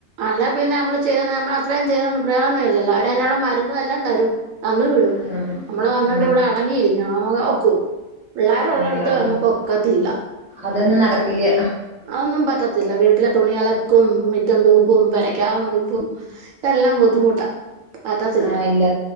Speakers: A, on the right; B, in the centre.
A: അല്ല പിന്നെ നമ്മള് ചെയ് നമ്മൾ അത്രയും ചെയ്യോണ്ട് പ്രയോജനം ഇല്ലല്ലോ അവര്അതിനുള്ള മരുന്നും എല്ലാം തരും തന്നു വിടും
B: ഉം
A: നമ്മള് വന്നിട്ട്
B: ഉം
A: ഇവിടെ അ അടങ്ങി ഇരിക്കണം നമക്ക് ഒക്കോ പിള്ളാര് ഉള്ളടത്ത്
B: ഏയ് അത്
A: നമുക്ക് ഒക്കത്തില്ല
B: അതൊന്നും നടക്കില്ല
A: അതൊന്നും പറ്റത്തില്ല വീട്ടിലെ തുണി അലക്കും മിറ്റം തൂപ്പും പെരക്ക്അകം തൂപ്പും ഇതെല്ലാം ബുദ്ധിമുട്ടാ പറ്റത്തില്ല.
B: ആ ഇല്ല